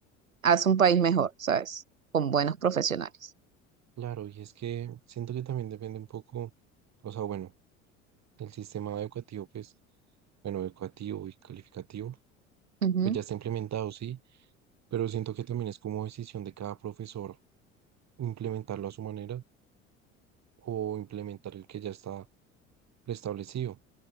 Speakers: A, on the right; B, on the right.
A: hace un país mejor, ¿sabes? Con buenos profesionales.
B: Claro, y es que siento que también depende un poco, o sea, bueno. El sistema educativo, pues, bueno, educativo y calificativo,
A: Ujú,
B: pues ya está implementado, sí, pero siento que también es como decisión de cada profesor implementarlo a su manera o implementar el que ya está preestablecido.